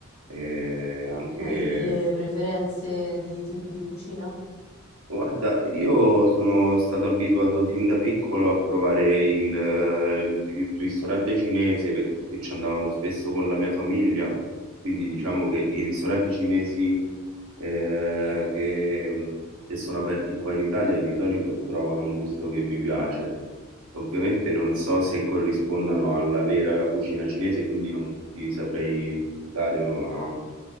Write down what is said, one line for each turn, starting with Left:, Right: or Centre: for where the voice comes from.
Right: e anche
Left: Hai delle preferenze di tipi di cucina?
Right: Guarda, io sono stato abituato fin da piccolo a provare il, eh, il ristorante cinese perché ci andavamo spesso con la mia famiglia, quindi diciamo che i ristoranti cinesi eh, che, mm, che sono aperti qua in Italia di solito trovano un gusto che mi piace. Ovviamente non so se corrispondano alla vera cucina cinese, quindi non ti saprei dare una-